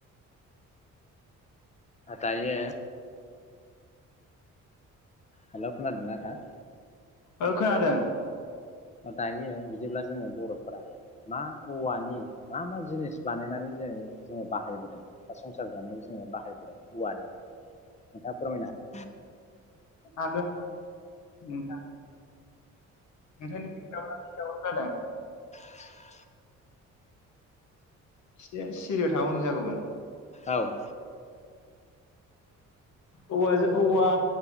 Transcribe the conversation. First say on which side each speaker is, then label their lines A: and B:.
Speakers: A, on the left (about 25°); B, on the left (about 75°).
A: दायो हेलौ खोनादों ना नोंथां?
B: ओ खोनादों।
A: दायो बिदिब्ला जोङो बर'फोरा मा औवानि मा मा जिनिस बानायनानै जोङो जोङो बाहायबोदों बा संसार जानायाव जोङो बाहायबोदों औवानि नोंथाङा फोरमाय हा
B: आगोल नोंथां नोंखायनो <unintelligible> दावराव‌ जादों।
A: <unintelligible>
B: एसे सिरियाव थाबा मोजां जागौमोन।
A: औ।
B: ओ औवाजों औवा